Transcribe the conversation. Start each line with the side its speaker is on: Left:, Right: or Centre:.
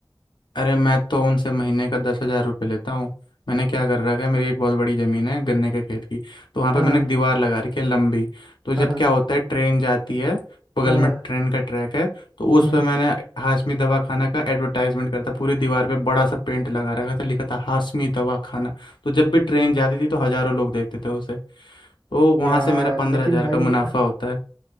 Left: अरे मैं तो उनसे महीने का दस हजार रुपये लेता हूँ मैंने क्या कर रखा है मेरी एक बहुत बड़ी ज़मीन है गन्ने के खेत की तो वहाँ पे
Right: हाँ
Left: मैंने
Right: हाँ
Left: एक दीवार लगा रखी है लंबी तो जब
Right: हाँ हाँ
Left: क्या होता है ट्रेन जाती है बगल
Right: हाँ हाँ
Left: में ट्रेन का ट्रैक है तो उस
Right: हम्म,
Left: पर मैंने हाशमी दवाखाना का एडवर्टाइजमेंट करता पूरी दीवार पे बड़ा सा पेंट लगा रखा था लिखा था हाशमी दवाखाना तो जब भी ट्रेन जाती थी तो हज़ारों लोग देखते थे उसे तो वहाँ
Right: यार
Left: से मेरा पंद्रह
Right: लेकिन
Left: हजार
Right: भाई
Left: का मुनाफा होता है